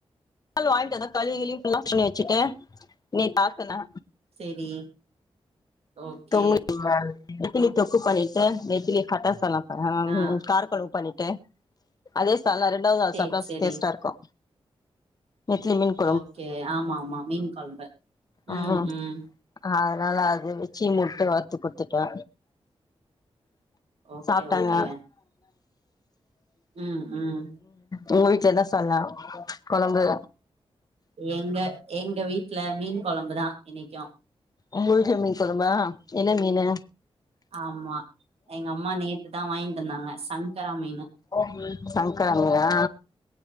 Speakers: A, on the left; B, on the right.
A: நாள் வாங்கிட்டு வந்து கழுவி கிழிவி வச்சுட்டு நேத்து ஆக்குனே
B: செரி ஓகே
A: தொம்முள் வரக் <unintelligible> நெத்திலி தொக்கு பண்ணிட்டு நெத்திலி கட்டாசால்னா அஹ்
B: ஆ
A: உ காரகொழம்பு பண்ணிட்டு அது சால்னா ரெண்டாவது நாள்
B: சேரி
A: சாப்டா
B: சேரி
A: டேஸ்ட்டா இருக்கு நெத்திலி மீன்
B: ஓகே ஆமா ஆமா மீன் கொழம்பு
A: ஆஹ்
B: ம் ம்
A: ஆ நல்லா அது வெச்சி முட்டு வருத்து குடுத்துட்டே
B: ஓகே
A: சாப்ட்டாங்க
B: ஓகே ம் ம்
A: உங்க வீட்டுலதான் சொன்னேன் கொழம்பு
B: எங்க எங்க வீட்டு்ல மீன் குழம்புதான் இன்னைக்கும்
A: உங்கவீட்ல மீன் குழம்பா என்ன மீனு
B: ஆமா எங்க அம்மா நேத்துதா வாங்கிட்டு வந்தாங்க சங்கரா மீனு
A: உம் சங்கரமீனா